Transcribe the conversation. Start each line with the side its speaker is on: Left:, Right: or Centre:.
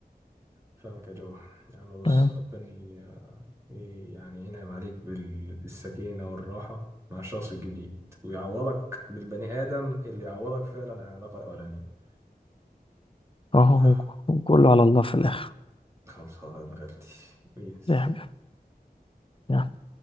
Right: فاهمك يا جو يعني بص
Left: تمام؟
Right: ربنا ي- ي- يعني ينعم عليك بال... بالسكينة والراحة مع الشخص الجديد ويعوضك بالبني آدم اللي يعوضك فعلا عن العلاقة الأولانية
Left: أهو
Right: آه،
Left: كله على الله في الآخر
Right: خلصانة يا ابن غلتي بيس
Left: ريحة يلا.